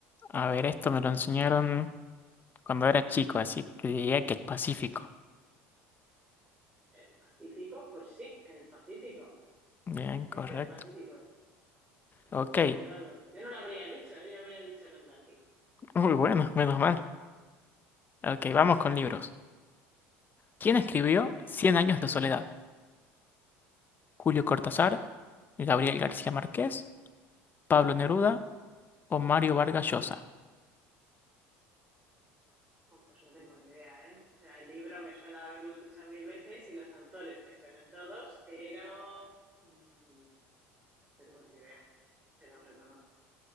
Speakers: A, on the left; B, on the right.
A: A ver, esto me lo enseñaron cuando era chico, así que diría que el Pacífico.
B: El Pacífico, pues sí, el Pacífico.
A: Bien,
B: Es
A: correcto.
B: el Pacífico. Has
A: Ok.
B: acertado. Yo no lo habría dicho, ¿eh? yo habría dicho el Atlántico.
A: Muy bueno, menos mal. Ok, vamos con libros. ¿Quién escribió
B: Venga,
A: Cien años de soledad? ¿Julio Cortázar, Gabriel García Márquez, Pablo Neruda o Mario Vargas Llosa?
B: Oh, pues no tengo ni idea, ¿eh? O sea, el libro me suena de haberlo escuchado mil veces y los autores me suenan todos, pero mm, no tengo ni idea, pero reconozco.